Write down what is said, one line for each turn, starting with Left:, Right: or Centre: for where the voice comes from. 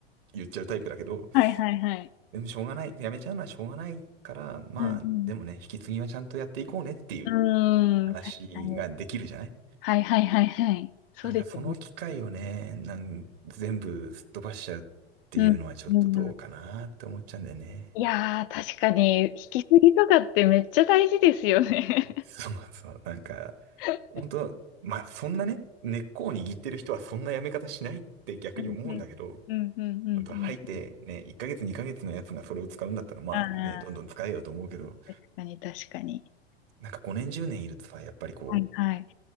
Right: 言っちゃうタイプだけど、
Left: はいはいはい。
Right: でもしょうがない、やめちゃうのはしょうがないから、まあ、
Left: うん、
Right: でもね、引き継ぎはちゃんとやっていこうねっていう
Left: うん、
Right: 話ができるじゃない
Left: うん、確かに。はいはいはいはい。そうですよね。
Right: なんかその機会をね、なん全部すっ飛ばしちゃうっていうのはちょっとどうかなって思っちゃうんだよね。
Left: うん、うん、いやー、確かに、引き継ぎとかってめっちゃ大事ですよね。
Right: そうそう、なんか、
Left: <laughs>
Right: 本当まあそんなね、根っこを握ってる人はそんなやめ方しないって逆に思うんだけど、
Left: うんうんうんうんうんうん。
Right: 本当入ってね、1ヶ月2ヶ月のやつがそれを使うんだったらまあね、
Left: ああ、
Right: どんどん使えよと思うけど、
Left: 確かに確かに。
Right: なんか5年10年いるとさ、やっぱりこ
Left: はいはい。